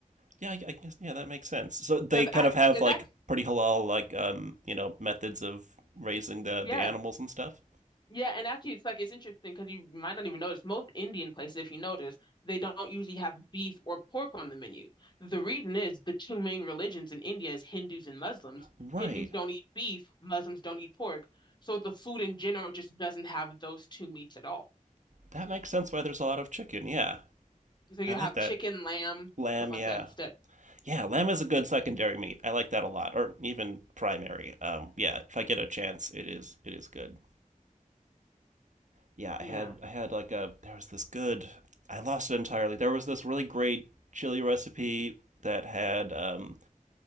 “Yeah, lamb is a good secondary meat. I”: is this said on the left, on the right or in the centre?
Right